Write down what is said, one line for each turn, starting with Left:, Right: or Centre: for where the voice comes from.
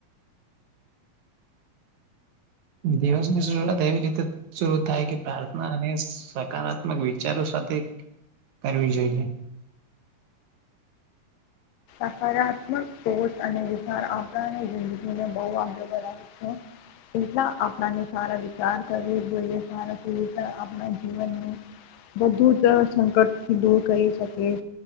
Right: દિવસની શરૂઆત એવી રીતે શરૂ થાય કે પ્રાર્થના અને સકારાત્મક વિચારો સાથે કરવી જોઈએ.
Left: સકારાત્મક <unintelligible> અને વિચાર આપણાને જિંદગીને બહુ આગળ વધાવે છે, એટલા આપણાને સારા વિચાર કરવી જોઈએ, સારા વિચાર આપડા જીવનને બધુંજ સંકટથી દૂર કરી શકે,